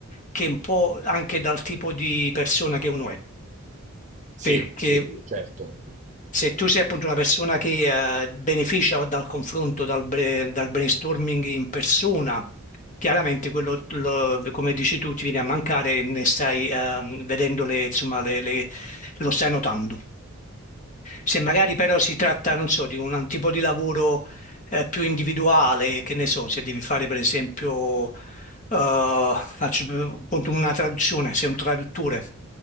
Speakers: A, on the left (about 35°); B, on the right (about 35°).
A: che un po' anche dal tipo di persona che uno è,
B: sì,
A: perché
B: sì, certo.
A: se tu sei appunto una persona che eh, beneficia dal confronto, dal, bre- dal brainstorming in persona, chiaramente quello, lo- come dici tu, ti viene a mancare e ne stai ehm, vedendo le, insomma, le- le- lo stai notando. Se magari però si tratta, non so, di un tipo di lavoro eh, più individuale, che ne so, se devi fare per esempio, eh, faccio per- conto una traduzione, sei un traduttore